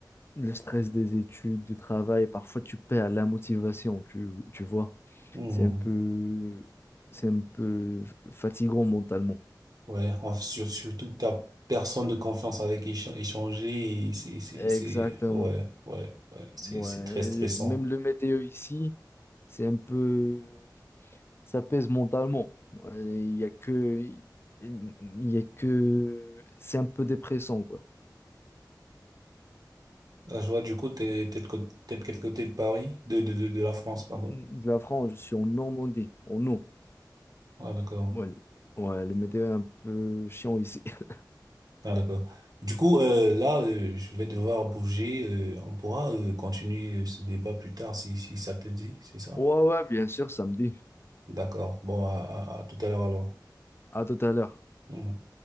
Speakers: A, on the left; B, on the right.
A: le stress des études, du travail, parfois tu perds la motivation, tu, tu vois.
B: Mhm.
A: C'est un peu, c'est un peu fatigant mentalement.
B: Ouais, en- sur- surtout que t'as personne de confiance avec qui écha- échanger, et c'est, c'est,
A: Exactement.
B: c'est, ouais, ouais, ouais,
A: Ouais,
B: c'est, c'est très stressant.
A: le- même le météo ici, c'est un peu ça pèse mentalement. Euh, Il y a que, il y a que, c'est un peu dépressant quoi.
B: Ah, je vois, du coup, t'es, t'es de, cô- t'es de quel côté de Paris? De, de, de, de la France,
A: De
B: pardon.
A: la France, je suis en Normandie, en eau.
B: Ah, d'accord.
A: Ouais, le- ouais, le météo est un peu chiant ici. <laughs>
B: Ah, d'accord. Du coup, euh, là, euh, je vais devoir bouger, euh, on pourra, euh, continuer euh, ce débat plus tard si, si ça te dit, c'est ça?
A: Ouais, ouais, bien sûr, samedi.
B: D'accord. Bon, à, à- à tout à l'heure alors.
A: À tout à l'heure.
B: Mhm.